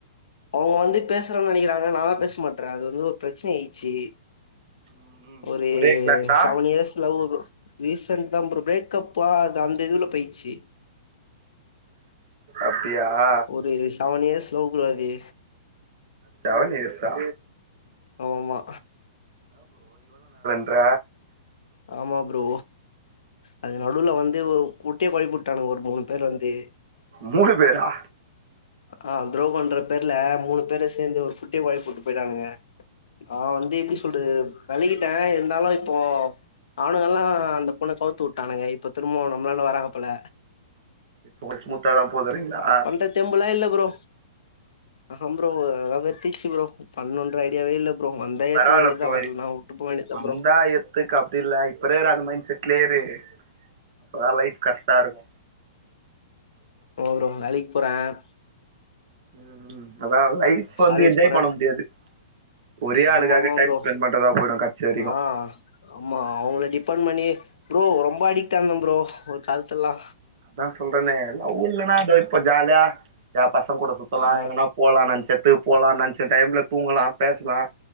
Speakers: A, on the left; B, on the right.
A: அவுங்க வந்து பேசுணுன்னு நெனைக்கிறாங்க நான்லா பேச மாட்ற் அது வந்து ஒரு பிரச்சன ஆயிட்ச்சு
B: ம்
A: ஒரு
B: ஒரே கிளாஸா
A: seven years love bro recent தா ப்ரோ பிரேக்கப்பா அது அந்த இதுவுல போயிச்சு
B: அப்டியா
A: ஒரு செவன் இயர்ஸ் லவ் ப்ரோ அது
B: செவன் இயர்ஸா
A: ஆமாமா
B: ன்ற
A: ஆமா ப்ரோ அது நடுவுல வந்து குட்டைய கொழப்பி விட்டானுங்க ஒரு மூணு பேர் வந்து
B: மூணு பேரா
A: அ துரோ பண்ற பேர்ல மூணு பேரு சேர்ந்து ஒரு குட்டய கெழப்பிவிட்டு போட்டு போயிட்டானுங்க நா வந்து எப்டி சொல்றது வேலகிட்டே இருந்தாலு இப்போ அவனுங்க எல்லா அந்த பொண்ண கவுத்து விட்டானுங்க இப்ப திரும்ப நம்லண்ட வராங்க போல
B: இப்ப கொஞ்ச ஸ்மூத்தாதா போதுறீங்களா
A: பண்ற தெம்புலாம் இல்ல ப்ரோ அத ப்ரோ அதல வெறுத்துதிருச்சு ப்ரோ பன்னனுன்ற ஐடியாவே இல்ல ப்ரோ வந்தா
B: பரவாயில
A: ஏத்துக்க வேண்டியதா
B: ப்ரோ
A: வரலனா வுட்டு போ வேண்டியதா
B: வந்தா
A: ப்ரோ
B: இத்துக்கு அப்டி இல்ல இப்பிறுக்கிற அந்த மைண்ட் செட் அதுலேயே இரு அப்தா லைஃப் கரெக்டா இருக்
A: அவ வேலைக்கு போறாங்க
B: ம் ம் அதா லைஃப்
A: காலேஜ்
B: வந்து என்ஜாய்
A: போற
B: பண்ண முடியாது ஒரே ஆளுக்காக
A: ஆமா ஆமா
B: டைம்
A: ப்ரோ
B: ஸ்பெண்ட் பண்றதா போயிடு கடைசி வரைக்கு
A: அ ஆமா அவங்கள டிப்பன் மணி ப்ரோ ரொம்ப ஆடிட்டாங்க ப்ரோ ஒரு காலத்து எல்லா
B: அதா சொல்றனே லவ் இல்லனா அதோ இப்ப ஜாலியா ஏ பசங் கூட சுத்தலா
A: ஆ
B: எங்கனா போலா நெனச்சத்துகு போலா நெனைச்ச டைம்ல தூங்கலா பேச